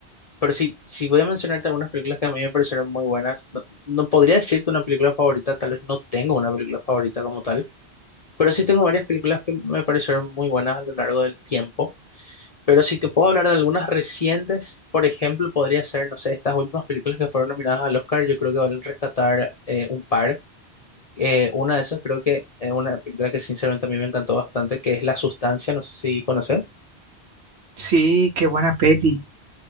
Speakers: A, on the left (about 35°); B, on the right (about 80°).
A: pero sí, si voy a mencionarte algunas películas que a mí me parecieron muy buenas, no, no podría decirte una película favorita, tal vez no tengo una película favorita como tal, pero sí tengo varias películas que me parecieron muy buenas a lo largo del tiempo. Pero si te puedo hablar de algunas recientes, por ejemplo, podría ser, no sé, estas últimas películas que fueron nominadas al Oscar, yo creo que valen rescatar eh, un par. Eh, una de esas creo que es una película que sinceramente a mí me encantó bastante, que es La Sustancia, no sé si conoces.
B: Sí, qué buena peli.